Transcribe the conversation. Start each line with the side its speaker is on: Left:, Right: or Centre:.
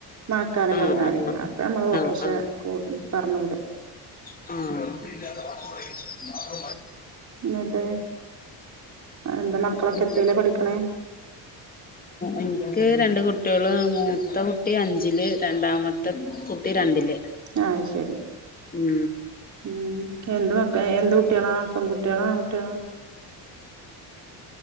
Right: മക്കാല
Left: ആഹ് ആഹ് ആഹ്
Right: അപ്പൊ നമ്മള് പട്ട്രക്ഷ
Left: ആഹ് ആഹ്
Right: ക പറഞ്ഞു വിടും
Left: ആഹ
Right: എന്നട്ട എന്താ മക്കളൊക്കെ
Left: എന്തൊക്കെ
Right: എത്രല്ലേ പഠിക്കണ
Left: എനിക്ക് രണ്ട് കുട്ടി കുട്ടികൾ മൂത്തെ കുട്ടി അഞ്ചിൽ രണ്ടാമത്തെ കുട്ടി രണ്ടില്
Right: ആഹ് ശരി
Left: ഉം
Right: ഉം എന്ത് മക്ക എന്ത് കുട്ടികളാ പെൺകുട്ടികളാ ആ കുട്ടികളാ